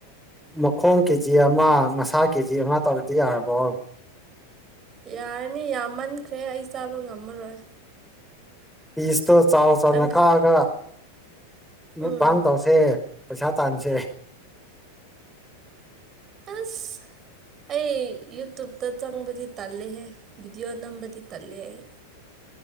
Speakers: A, in the centre; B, on the right.
A: ꯃꯈꯣꯡ ꯀꯦ ꯖꯤ ꯑꯃ ꯃꯁꯥ ꯀꯦ ꯖꯤ ꯑꯃ ꯇꯧꯔꯗꯤ ꯌꯥꯔꯕꯣ
B: ꯌꯥꯔꯅꯤ ꯌꯥꯝꯃꯟꯈ꯭ꯔꯦ ꯑꯩ ꯆꯥꯕ ꯉꯝꯃꯔꯣꯏ
A: ꯄꯤꯁꯇꯣ ꯆꯥꯎ ꯆꯥꯎꯅ
B: ꯇꯪꯈꯥꯏ
A: ꯀꯛꯑꯒ ꯃꯨꯛꯕꯥꯥꯡ
B: ꯎꯝ
A: ꯇꯧꯁ ꯁꯦ ꯄꯩꯁꯥ ꯇꯥꯟꯁꯦ
B: ꯑꯁ ꯑꯩ ꯌꯨꯇꯕꯇ ꯆꯪꯕꯗꯤ ꯇꯜꯂꯦꯍꯦ ꯚꯤꯗꯤꯑꯣ ꯅꯝꯕꯗꯤ ꯇꯜꯂꯦ ꯑꯩ